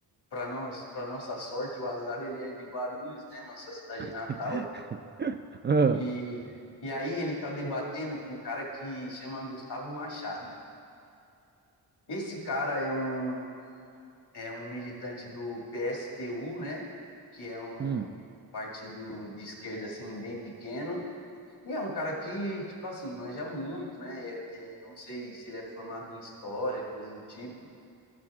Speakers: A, on the left; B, on the right.
A: para nós, para nossa sorte, o azar ele é de Guarulhos, né, nossa cidade
B: <laughs>
A: natal.
B: Ah.
A: E, e aí ele tá debatendo com um cara que chama Gustavo Machado. Esse cara é um, é um militante do PSTU, né? Que é um
B: Hum.
A: partido de esquerda, assim, bem pequeno. E é um cara que, tipo assim, manja muito, né? É- é, não sei se ele é formado em história, coisa do tipo.